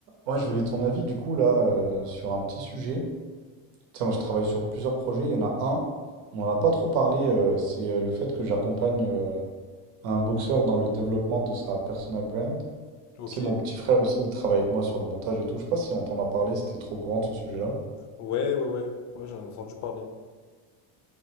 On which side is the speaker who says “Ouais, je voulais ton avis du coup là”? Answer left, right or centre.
Right